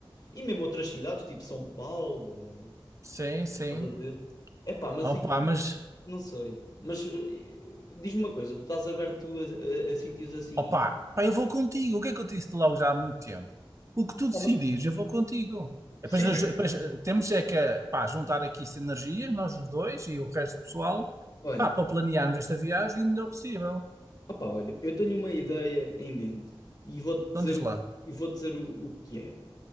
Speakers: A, on the left; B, on the right.
A: E mesmo outras cidades, tipo São Paulo, ou-
B: Sim, sim.
A: estás a ver? É pá, mas
B: Opa,
A: e- e-
B: mas,
A: não sei. Mas eh, diz-me uma coisa, tu estás aberto a, a, a sítios assim.
B: opa, pá, eu vou contigo. O que é que eu te disse logo já há muito tempo? O que tu decidires,
A: Ah, mas-
B: eu vou contigo. E Depois,
A: Certo.
B: nós- depois, eh, temos é que, eh, pá, juntar aqui sinergias, nós os dois e o resto do pessoal,
A: Olha.
B: pá, para planearmos esta viagem o melhor possível.
A: Opa, olha, eu tenho uma ideia em mente e vou-te
B: Então
A: dizer,
B: diz
A: o-
B: lá,
A: e vou dizer o, o que é.